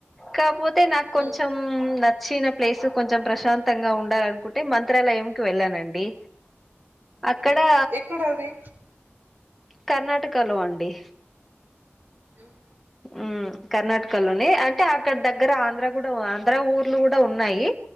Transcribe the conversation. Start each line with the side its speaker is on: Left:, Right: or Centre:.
Centre: కాపోతే నాకు
Right: హ్మ్.
Centre: కొంచెం ఊమ్ నచ్చిన ప్లేస్ కొంచెం ప్రశాంతంగా ఉండాలనుకుంటే మంత్రాలయంకి వెళ్ళానండి అక్కడా
Right: హ్మ్. ఎక్కడది?
Centre: కర్ణాటకలో అండి
Right: ఉంహుం
Centre: ఉమ్ కర్ణాటకలోనే అంటే అక్కడ దగ్గర ఆంధ్ర కూడా ఆంధ్ర ఊర్లు కూడా ఉన్నాయి